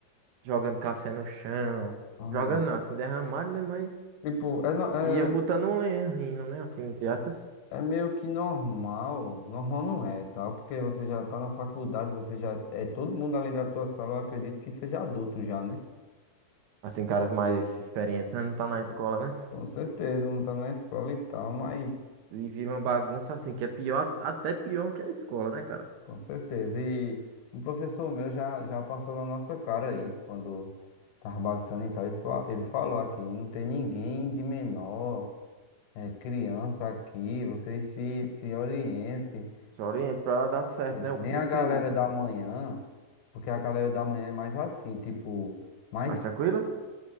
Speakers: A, on the right; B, on the left.
A: jogando café no chão.
B: Ah,
A: Jogando não, assim, derramado, né? Mas.
B: Tipo, é, no- é,
A: E eu botando um lenha rindo, né? Assim, entre aspas.
B: é meio que normal. Normal não é, tá? Porque você já tá na faculdade, você já. É todo mundo ali da tua sala, eu acredito que seja adulto já, né?
A: Assim, caras mais experientes, né? Não tá na
B: Pô,
A: escola, né?
B: Com certeza, não tá na escola e tal, mas.
A: E vira uma bagunça assim, que é pior, até pior que a escola, né, cara?
B: Com certeza. E um professor meu já, já passou na nossa cara isso, quando estava bagunçando e tal. Ele, fa- ele falou aqui: não tem ninguém de menor, é, criança aqui, vocês se, se orientem.
A: Só oriento
B: E,
A: pra dar
B: e,
A: certo,
B: tipo,
A: né? O
B: nem
A: curso
B: a galera
A: e
B: da manhã, porque a galera da manhã é mais assim, tipo, mais
A: mais tranquilo.